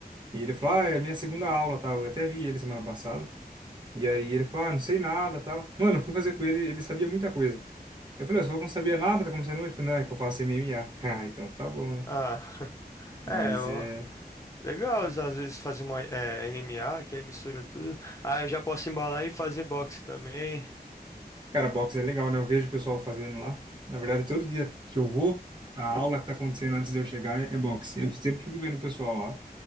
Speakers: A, on the right; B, on the left.
A: e ele falou: Ah, é a minha segunda aula, tá? Eu até vi ele semana passada. E aí ele falou, ah, não sei nada, tal. Mano, eu fui fazer com ele, ele sabia muita coisa. Eu falei, "Ô, você falou que não sabia nada, tá começando hoje? Ele falou, não, é que eu faço MMA. <laughs> Ah, então tá bom, né?
B: Ah, <laughs>
A: Mas
B: é, eu-
A: é...
B: legal às vezes fazer uma, é, MMA, que aí mistura tudo. Ah, eu já posso embalar e fazer boxe também.
A: Cara, boxe é legal, né? Eu vejo o pessoal fazendo lá. Na verdade, todo dia que eu vou, a aula que tá acontecendo antes de eu chegar é, é boxe. Eu sempre fico vendo o pessoal lá.